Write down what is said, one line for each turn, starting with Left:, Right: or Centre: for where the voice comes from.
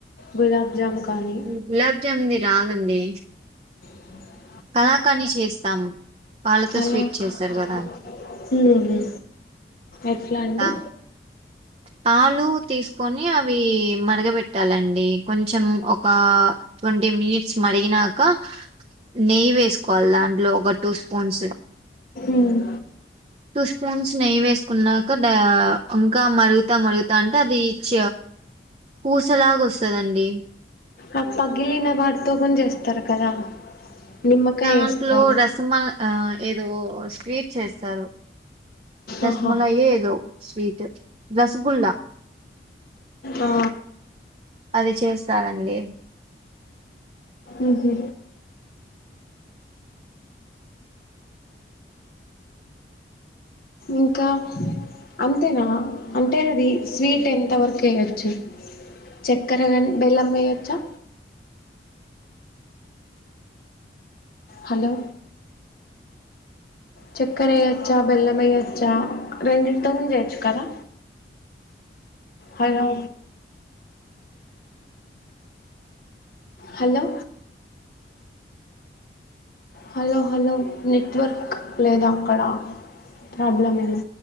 Left: గులాబ్ జామ్ కానీ
Right: గులాబ్ జామున్ది రాదండి
Left: అ
Right: కళాకాని చేస్తాము పాలతో
Left: కలకాన్
Right: స్వీట్ చేస్తారు కదా
Left: ఎట్లా అండి
Right: దా పాలు తీసుకొని అవి మరగబెట్టాలండి కొంచెం ఒక ట్వంటీ మినిట్స్ మరిగినాక నెయ్యి వేసుకోవాలి దాంట్లో ఒక టూ స్పూన్స్
Left: ఉమ్.
Right: టూ స్పూన్స్ నెయ్యి వేసుకున్నాక అంట అంగ <unintelligible> ఇకా మరుగుతా మరుగుతా అంటే అదిచ్చ పూసలాగ వస్తుందండి
Left: ఆ పగ్గిలిన వాడితో కుడా కొని చేస్తారు కదా నిమ్మకాయ
Right: దాంట్లో
Left: వేస్తారు
Right: రసమల్ ఆ ఓ స్వీట్ చేస్తారు రస్మలయ్
Left: ఆహా
Right: ఏదో స్వీట్ రస్గుల్లా
Left: ఆ
Right: అది చేస్తారండి
Left: ఉహు ఇంకా అంతేనా అంటే అది స్వీట్ ఎంత వర్క్ వేయచ్చు చక్కెర గానీ బెల్లం వేయచ్చా హలో చక్కర ఎయొచ్చా బెల్లం ఎయచ్చా రెండింటితోని చేయొచ్చు కదా hello hello hello hello network లేదా అక్కడ ప్రాబ్లం ఏనా